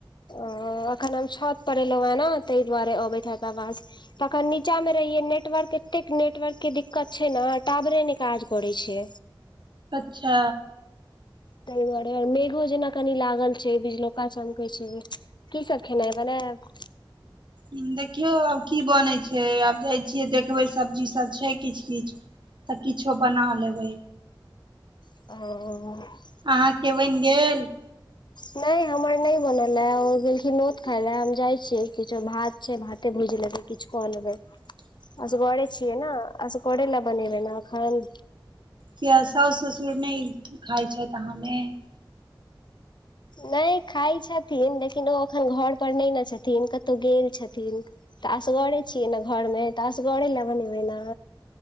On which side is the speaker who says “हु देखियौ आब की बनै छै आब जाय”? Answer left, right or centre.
Right